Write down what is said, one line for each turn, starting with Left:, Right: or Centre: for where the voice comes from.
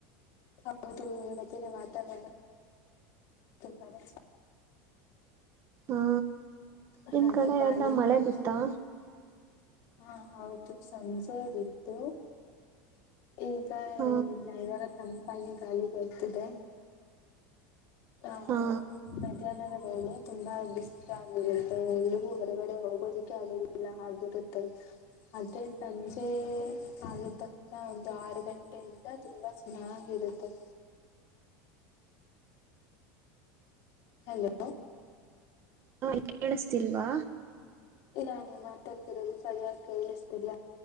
Left: ಹೌದು ಇವತ್ತ ಮಾತಾಡಲ್ಲ <inaudible> ತುಂಬಾನೇ.
Right: ಹಾ
Left: ಚೆನ್ನಾಗಿದೆ.
Right: ನಿಮ್
Left: ಹಾಗೆ
Right: ಕಡೆ
Left: ಗಾಳಿಯೂ
Right: ಎಲ್ಲ ಮಳೆ ಬಿತ್ತಾ.
Left: ಚೆನ್ನಾಗಿ ಹಾ ಹೌದು ಸಂಜೆಗಬಿತ್ತು. ಈಗ
Right: ಹ
Left: ಏನಿಲ್ಲ ಇವಾಗ ತಂಪಾಗಿ ಗಾಳಿ ಬರುತ್ತಿದೆ. ಹ
Right: ಹಾ
Left: ಮಧ್ಯಾಹ್ನದ ವೇಳೆ. ತುಂಬಾ ಬಿಸಲ್ ಆಗಿರುತ್ತೆ ಎಲ್ಲಿಗೂ ಹೊರಗಡೆ ಹೋಗೋದಿಕ್ಕೆ ಅಲ್ಲ ಆಗಿರುತ್ತೆ. ಆದ್ರೆ ಸಂಜೆ ಆಗಿ ತಕ್ಕ ಒಂದು ಆರು ಗಂಟೆಯಿಂದ ತುಂಬಾ ಚೆನ್ನಾಗಿ. ರತ್ತ.
Right: <inaudible>
Left: ಹಲೋ.
Right: ಹಾ ಕೇಳಿಸತಿಲ್ವಾ.
Left: ಇಲ್ಲಾ ನೀವು ಮಾತಾಡ್ತಿರೋದು ಸರಿಯಾಗಿ ಕೇಳಿಸ್ತಿಲ್ಲ.